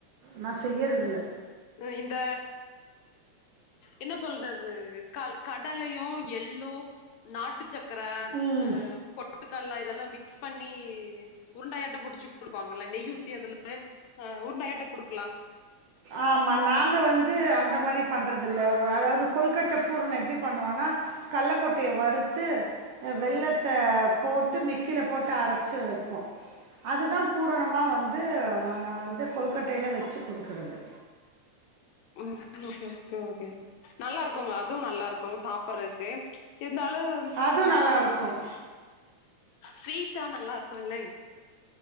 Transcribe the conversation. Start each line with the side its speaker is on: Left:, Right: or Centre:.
Right: நா செய்யறதில்ல
Left: உ இந்த என்ன சொல்றது கல் கடலையு எள்ளோ நாட்டு சக்கர
Right: ம்
Left: ஆ பொட்டுக்கல்ல இதெல்லா மிக்ஸ் பண்ணி உருண்டாயாட்ட புடிச்சு குடுப்பாங்கல்ல நெய் ஊத்தி அதுல அ உருண்டயாட்ட குடுக்கலா
Right: ஆமா நாங்க வந்து அந் அந்த மாரி பண்றது இல்ல அதாவது கொழ்கட்ட பூரண எப்டி பண்ணுவோனா கல்ல கொட்டைய வறுத்து அ வெள்ளத்த
Left: ம்
Right: போட்டு மிக்சில போட்டு அரைச்சு வப்போ அது தா பூரணமா வந்து நாங்க வந்து கொழ்கட்டையில வச்சு குடுக்குறது
Left: ம் ஓகே ஓகே ஓகே நல்லா இருக்குங்க அதுவு நல்லா இருக் அவுங்க சாப்புறக்கு இருந்தாலும்
Right: அதுவும்
Left: இது
Right: நல்லா
Left: கொஞ்சோ
Right: இருக்கும்
Left: ஸ்வி ஸ்வீட்டா நல்லா இருக்கு இல்லைங்